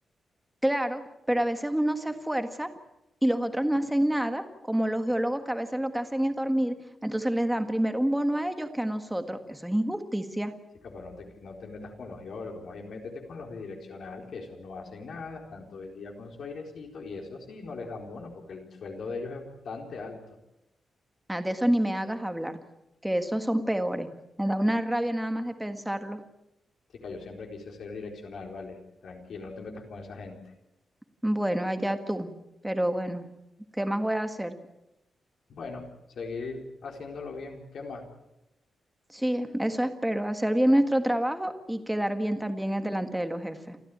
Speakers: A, in the centre; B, on the left.
A: Claro, pero a veces uno se esfuerza y los otros no hacen nada, como los geólogos que a veces lo que hacen es dormir, entonces les dan primero un bono a ellos que a nosotros. Eso es injusticia.
B: Chica, pero no te, no te metas con los geólogos, más bien métete con los de direccional, que esos no hacen nada, están todo el día con su airecito, y eso sí, no les dan bono, porque el sueldo de ellos es bastante alto.
A: Ah, de eso ni me hagas hablar, que esos son peores. Me da una rabia nada más de pensarlo.
B: Chica, yo siempre quise ser direccional, vale, tranquilo, no te metas con esa gente.
A: Bueno, allá tú, pero bueno, ¿qué más voy a hacer?
B: Bueno, seguir haciéndolo bien, ¿qué más?
A: Sí, eso espero, hacer bien nuestro trabajo y quedar bien también delante de los jefes.